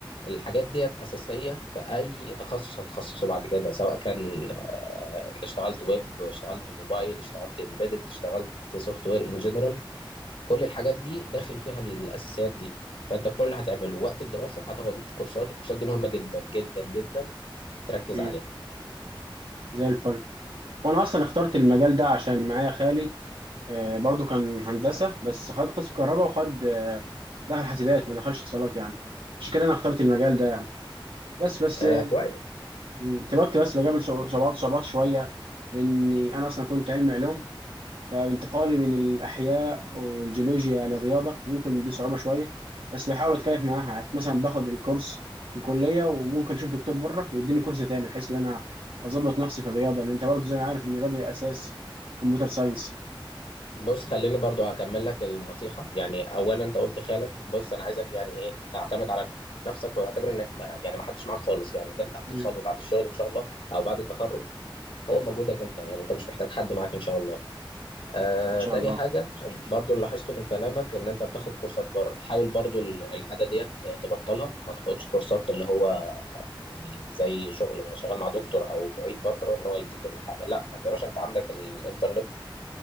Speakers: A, on the left (about 85°); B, on the right (about 75°).
A: الحاجات ديت اساسيه في اي تخصص هتخصصه بعد كده سواء كان آه، انت اشتغلت ويب اشتغلت موبايل اشتغلت امبيدد اشتغلت سوفت وير ان جنرال كل الحاجات دي داخل فيها الأساسيات دي فأنت كل اللي هتعمله وقت الدراسة هتاخد كورسات الكورسات دي مهمة جدا جدا جدا تركز
B: مم.
A: عليها
B: زي الفل وانا اصلا اخترت المجال ده عشان معايا خالي آه، برضو كان هندسه بس خد قسم كهرباء وخد آه، دخل حاسبات ما دخلش اتصالات يعني عشان كده انا اخترت المجال ده يعني بس بس
A: آه
B: يعني
A: كويس
B: مم، دلوقتي بس بقابل صعوبات صعوبات شويه لاني انا اصلا كنت علمي علوم فانتقالي من الأحياء والجيولوجيا للرياضة ممكن دي صعوبة شوية بس بحاول أتكيف معاها يعني مثلا باخد الكورس في الكلية وممكن أشوف دكتور بره يديني كورس تاني بحيث إن أنا أظبط نفسي في الرياضة لأن أنت برضه زي ما عارف إن الرياضة أساس كمبيوتر ساينس
A: بص خليني برضو أكمل لك النصيحة يعني أولا أنت قلت خالك بص أنا عايزك يعني إيه تعتمد على نفسك واعتبر إن ما يعني ما حدش معاك خالص يعني اللي أنت هتوصل
B: مم.
A: له بعد الشغل إن شاء الله أو بعد التخرج هو مجهودك أنت يعني أنت مش محتاج حد معاك إن شاء الله آه،
B: إن شاء
A: تاني
B: الله
A: حاجة برضو اللي لاحظته من كلامك إن أنت بتاخد كورسات بره حاول برضو ال- العادة ديت تبطلها ما تاخدش كورسات اللي هو يعني زي شغل شغال مع دكتور أو معيد بره إن هو يديك الحاجة لا أنت يا باشا أنت عندك الإنترنت